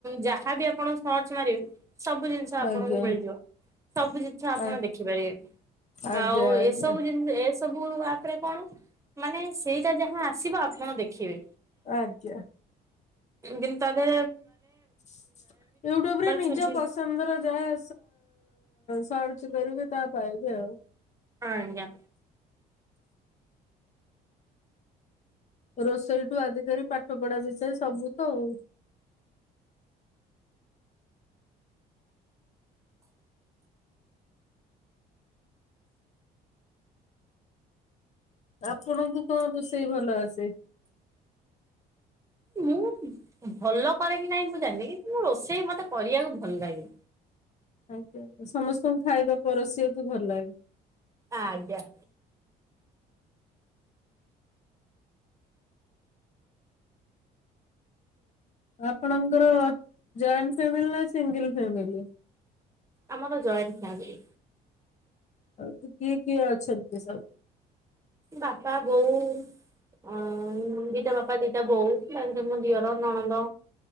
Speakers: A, on the right; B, on the left.
A: ଯାହାବି ଆପଣ ସର୍ଚ୍ଚ ମାରିବେ ସେ ସବୁ ଜିନିଷ ଆପଣଙ୍କୁ
B: ଆଜ୍ଞା
A: ମିଳିଯିବ ସବୁ ଜିନିଷ ଆପଣ
B: ଆ
A: ଦେଖିପାରିଏ।
B: ଆଜ୍ଞା
A: ଆଉ
B: ଆଜ୍ଞା
A: ଏସବୁ ଜିନି ଏ ସ ସବୁ ଆପ ରେ କଣ ମାନେ ସେଇଟା ଯାହା ଆସିବ ଆପଣ ଦେଖିବେ।
B: ଆଜ୍ଞା।
A: ତିନିଦିନ ତଳେ
B: ହ ୟୁଟ୍ୟୁବରେ ନିଜ
A: ଛୁଞ୍ଚି
B: ପସନ୍ଦର ଯାହା ସର୍ଚ କରିବ। ତା ପାଇବେ ଆଉ।
A: ଆଜ୍ଞା।
B: ରୋଷେଇଠୁ ଆଧିକାର ପାଠ ପଢା ବିଷୟରେ ସବୁ ତ ଆଉ ଆପଣଙ୍କୁ କଣ ରୋଷେଇ ଭଲ ଆସେ?
A: ମୁଁ ଭଲ କରେ କି ନାଇଁ ମୁଁ ଜାଣିବି ରୋଷେଇ ମତେ କରିବାକୁ ଭଲ ଲାଗେ।
B: ଆଜ୍ଞା ସମସ୍ତଙ୍କୁ ଖାଇବା ପରସିବାକୁ ଭଲ ଲାଗେ।
A: ଆଜ୍ଞା।
B: ଆପଣଙ୍କର ଜଏଣ୍ଟ ଫାମିଲ ନା ସିଙ୍ଗଲ ଫାମିଲି?
A: ଆମର ତ ଜଏଣ୍ଟ ଫ୍ୟାମିଲି।
B: ଆଉ କିଏ କିଏ ଅଛନ୍ତି କି ସବୁ?
A: ବାପା ବୋଉ ଅ ଦିଟା ବାପା ଦିଟା ବୋଉ ତା ସହିତ ମୋ ଦଝିଅର ନଣନ୍ଦ।